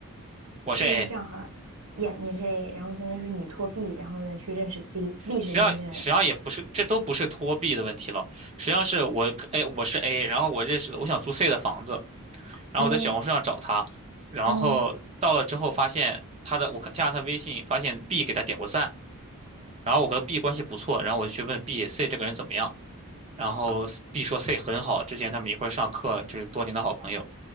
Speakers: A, on the right; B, on the right.
A: 那就这样哈了耶你是
B: 我是 A。
A: A，然后相当于说你托 B，然后呢去认识 C，B
B: 实际上，
A: 是中间人，
B: 实际上也不是，这都不是托 B 的问题了。实际上是我，哎，我是 A，然后我认识的，我想租 C 的房子，然后我在小红书上找他，
A: 嗯
B: 然后到了之后发现他的，
A: 嗯，
B: 我看加了他微信，发现 B 给他点过赞，然后我跟 B 关系不错，然后我就去问 B、C 这个人怎么样。然后 B 说 C 很好，之前他们一块儿上课，就是多年的好朋友。